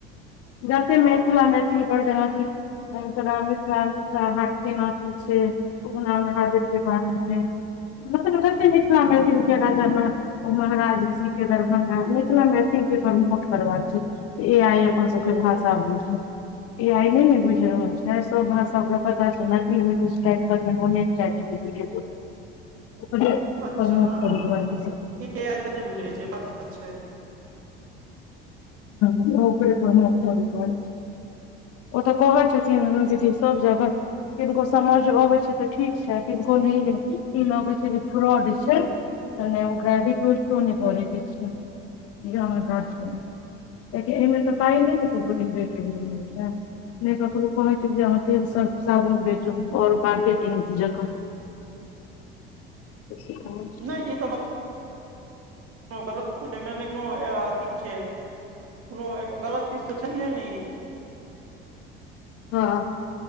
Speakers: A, on the left; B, on the right.
A: जते
B: ओ
A: मिथिला मैथिली पर जेनाकी तोरा मिथिला मिथिला हाट केना की छै उगना महादेव के बारे में मतलब जतेक मिथिला मैथिल राजा म ओ महाराज जी के दरभंगा मिथिला मैथिल के प्रमोट करवा छै ए आइ अपन सब के भाषा‌‌ बूझे ए आइ नै ने बुझि रहल छै सब भाषा ओकरा पता छै मैथिली मे किछ टाइप करने चैट जीपीटी पु प्रमोट
B: अच्छा हँ हँ
A: करै दुआरे
B: ए आइ तऽ नहि बुझै छै बात तऽ छै
A: <unintelligible> हँ ओकरे प्रमोट करै दुआरे <unintelligible> ओ तऽ कहै छथिन दीदी सब जगह किनको समझ अबै छै तऽ ठीक छै किनको ई लगैत छै जे फ्रॉड छै ओ ने ओकरा को करके छै जे आहा काज करु कियाकि तएहिमे तऽ पाई नहि ने इेट <unintelligible> नहि ककरो कहै छै जे अहाँ तेल सर्फ साबुन बेचु और मार्केटिंग जकै ससी कह <unintelligible>
B: नहि ई गलत छै एमैने <unintelligible> कोनो गलत चीज तऽ छैहे नहि ई
A: हाँ